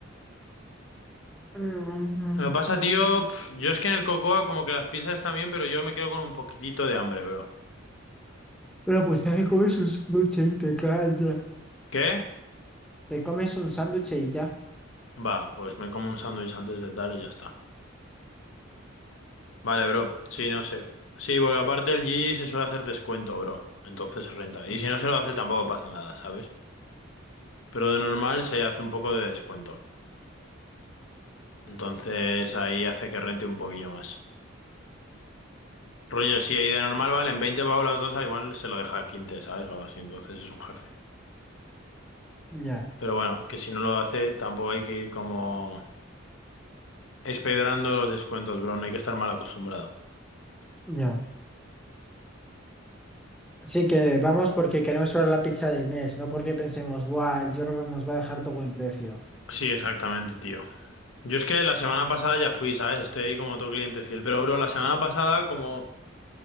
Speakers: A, in the centre; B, on the left.
A: Mm,
B: Lo que pasa,
A: mm.
B: tío, pf, yo es que en el Cocoa como que las pizzas están bien, pero yo me quedo con un poquitito de hambre, bro.
A: Bueno, pues te comes un sándwich y te callas.
B: ¿Qué?
A: Te comes un sándwich y ya.
B: Va, pues me como un sándwich antes de tal y ya está. Vale, bro. Sí, no sé. Sí, porque aparte el G G se suele hacer descuento, bro. Entonces renta. Y
A: Sí.
B: si no se lo hace tampoco pasa nada, ¿sabes? Pero de normal se hace un poco de descuento. Entonces ahí hace que rente un poquillo más. Rollo, si ahí de normal valen 20 pavos las dos, al igual se lo deja a quince ¿sabes? O algo así. Entonces es un jefe.
A: Ya,
B: Pero bueno, que si no lo hace, tampoco hay que ir como espedrando los descuentos, bro. No hay que estar mal acostumbrado.
A: ya. sí que vamos porque queremos probar la pizza del mes, no porque pensemos, guau, el Jorgos nos va a dejar todo buen precio.
B: Sí, exactamente, tío. Yo es que la semana pasada ya fui, ¿sabes? Estoy ahí como todo cliente fiel. Pero, bro, la semana pasada, como